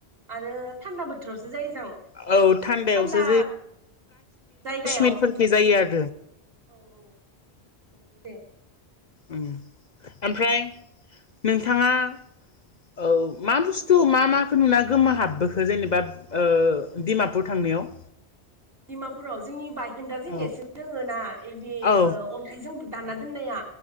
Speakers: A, on the right (about 60°); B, on the left (about 45°).
A: आरो थान्दा बोथोरावसो जायो जां
B: औ थान्दायावसो
A: थान्दा जायगायाव
B: इफोरखि जायो आर
A: औ औ नंगौ दे।
B: ओं ओमफ्राय नोंथाङा औ मा बुस्थु मा माखौ नुना गोमो हाबबोखो जेनेबा ओ डिमापुर थांनायाव?
A: डिमापुराव जोंनि बायखोन्दा जे नेरसोन
B: औ
A: दोङो ना ए बे
B: औ
A: ओ अन्थाइजों दाना दोननाया